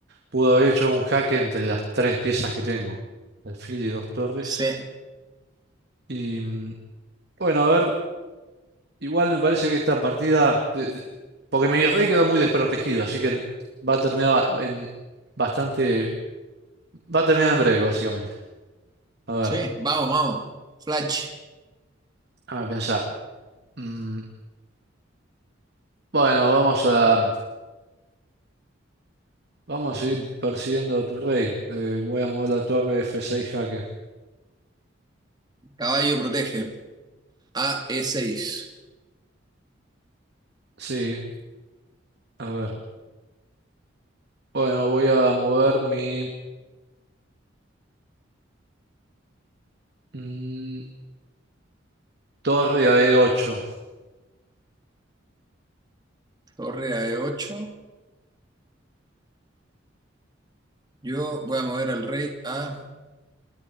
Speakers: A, on the right (about 55°); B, on the right (about 20°).
A: Pudo haber hecho un jaque entre las tres piezas que tengo, alfil y dos torres.
B: C.
A: Y mm, bueno, a ver, igual me parece que esta partida, de- de- porque mi rey quedó muy desprotegido, así que va a terminar ba- en bastante, va a terminar en breve, básicamente. A ver,
B: Sí, vamos, vamos. Flash,
A: a pensar. Mm, bueno, vamos a, vamos a seguir persiguiendo a tu rey. Eh, voy a mover la torre F6 jaque.
B: caballo protege. A E6,
A: Sí, a ver. Bueno, voy a mover mi mm, torre a E8.
B: torre a E8. Yo voy a mover al rey a